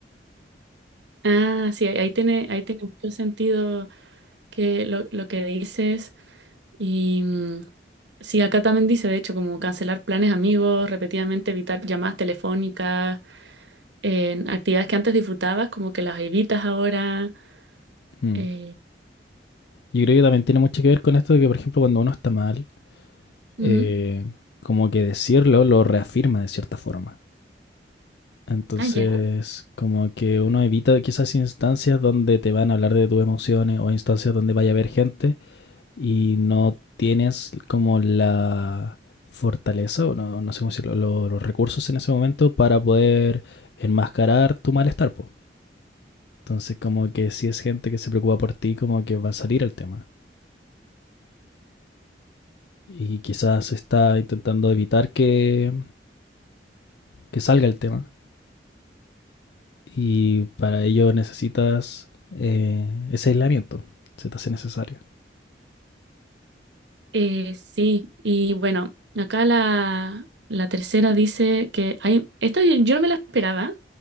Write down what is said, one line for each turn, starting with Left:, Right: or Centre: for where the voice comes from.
Right: Ah, sí, ahí ahí tiene, ahí tiene mucho sentido que lo, lo que dices. Y mm, sí, acá también dice, de hecho, como cancelar planes amigos, repetidamente evitar llamadas telefónicas, en actividades que antes disfrutabas, como que las evitas ahora.
Left: Mm.
Right: eh,
Left: Yo creo que también tiene mucho que ver con esto de que, por ejemplo, cuando uno está mal,
Right: ujú.
Left: eh, como que decirlo lo reafirma de cierta forma. Entonces,
Right: Ah, ya.
Left: como que uno evita quizás instancias donde te van a hablar de tus emociones o instancias donde vaya a haber gente y no tienes como la fortaleza, o no, no sé cómo decirlo, lo- los recursos en ese momento para poder enmascarar tu malestar, po. Entonces, como que si es gente que se preocupa por ti, como que va a salir el tema. Y quizás está intentando evitar que, que salga el tema. Y para ello necesitas eh, ese aislamiento, se te hace necesario.
Right: Eh, sí, y bueno, acá la, la tercera dice que hay, esta yo yo no me la esperaba,